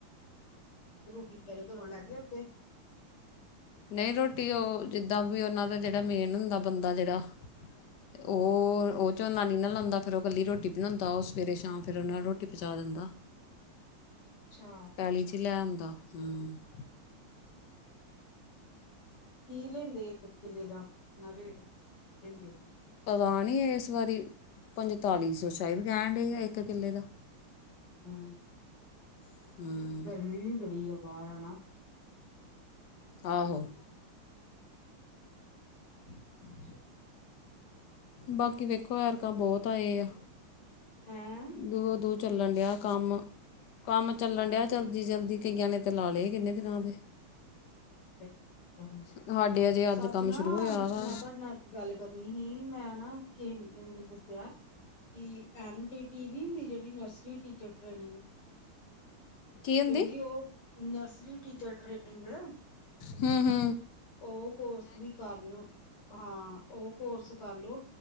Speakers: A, on the left (about 85°); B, on the left (about 60°).
A: ਰੋਟੀ ਤੇਰੇ ਘਰੋਂ ਲੈ ਕੇ ਆਂਦੇ
B: ਨਈ ਰੋਟੀ ਓ ਜਿੱਦਾਂ ਵੀ ਉਨਾਂ ਦਾ ਜਿਹੜਾ ਮੇਨ ਹੁੰਦਾ ਬੰਦਾ ਜਿਹੜਾ ਓ, ਓਚੋ ਨਾਨੀ ਨਾਲ ਲਾਉਦਾ, ਫਿਰ ਓ ਕੱਲੀ ਰੋਟੀ ਬਣਉਦਾ ਉਸ ਸਵੇਰੇ, ਸ਼ਾਮ ਫਿਰ ਉਹਨਾਂ ਨੂੰ ਰੋਟੀ ਪਹੂਚਾ ਦਿੰਦਾ
A: ਅੱਛਾ।
B: ਗਲੀ ਚ ਲੈ ਆਉੁਦਾ <unintelligible>
A: ਕੀ ਲੈਂਦੇ, ਇੱਕ ਕਿੱਲੇ ਦਾ ਕਿੰਨਾ ਰੇਟ ਲੈਂਦੇ
B: ਪਤਾ ਨਈ ਇਸ ਵਾਰੀ, ਪੰਤਾਲੀ ਸੌ ਸ਼ਾਇਦ ਕਹਿਣ ਇੱਕ ਕਿੱਲੇ ਦਾ
A: ਹੂ
B: ਹਮ,
A: ਗਰਮੀ ਵੀ ਬੜੀ ਆ ਬਾਹਰ ਆ ਨਾ
B: ਆਹੋ
A: <inaudible>
B: ਬਾਕੀ ਵੇਖੋ ਵੇਰਕਾਂ ਬਹੁਤ ਆਏ ਆ
A: ਹੈਂ
B: ਦੂਰ- ਦੂਰ ਚੱਲਣ ਡਿਆ ਕੰਮ, ਕੰਮ ਚੱਲਣ
A: ਅੱਛਾ
B: ਡਿਆ ਜਲਦੀ- ਜਲਦੀ ਕਈਆਂ ਨੇ ਤੇ ਲਾ ਲਏ, ਕਿੰਨੇ ਦਿਨਾਂ ਦੇ।
A: ਅੱਛਾ- ਅੱਛਾ ਅੱ
B: ਸਾਡੇ ਅਜੇ ਅੱਜ
A: ਸੱਚ
B: ਕੰਮ
A: ਨਾ,
B: ਸ਼ੁਰੂ ਹੋਇਆ ਵਾ
A: ਮੈਂ ਤੁਹਾਡੇ ਨਾਲ ਗੱਲ ਕਰਨੀ ਹੀ, ਮੈਂ ਨਾ ਕਿ ਨੇ ਮੈਨੂੰ ਦੱਸਿਆ ਕੀ ਐਨ ਟੀ ਟੀ ਨਹੀਂ ਹੁੰਦੀ ਜੇੜੀ ਨਰਸਰੀ ਟੀਚਰ ਟ੍ਰੇਨਿੰਗ।
B: ਕੀ ਹੁੰਦੀ
A: ਕਹਿੰਦੀ ਉਹ, ਨਰਸਰੀ ਟੀਚਰ ਟ੍ਰੇਨਿੰਗ।
B: ਹੁੰ-ਹੁੰ।
A: ਓ ਕੋਰਸ ਵੀ ਕਰਲੋ, ਹਾਂ ਓ ਕੋਰਸ ਕਰਲੋ